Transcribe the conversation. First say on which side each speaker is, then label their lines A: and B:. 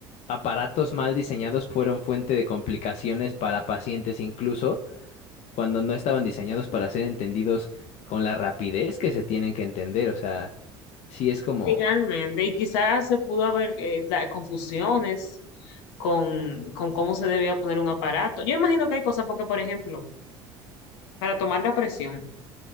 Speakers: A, on the left; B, on the left.
A: aparatos mal diseñados fueron fuente de complicaciones para pacientes incluso cuando no estaban diseñados para ser entendidos con la rapidez que se tienen que entender, o sea, sí es como...
B: Sí, Realmente, y quizás se pudo haber eh, da- confusiones con, con cómo se debía poner un aparato. Yo imagino que hay cosas porque, por ejemplo, para tomar la presión